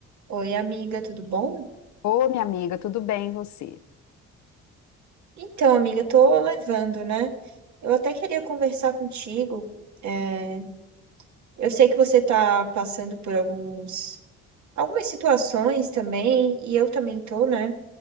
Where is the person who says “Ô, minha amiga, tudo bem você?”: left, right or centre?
Left